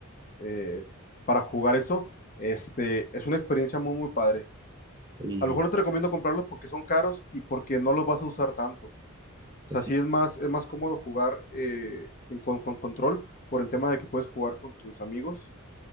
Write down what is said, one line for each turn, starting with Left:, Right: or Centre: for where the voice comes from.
Left: eh, para jugar eso, este, es una experiencia muy, muy padre.
Right: Y
Left: A lo mejor no te recomiendo comprarlos porque son caros y porque no los vas a usar tanto. O sea,
Right: pues sí,
Left: sí es más, es más cómodo jugar eh, en- con, con control por el tema de que puedes jugar con tus amigos.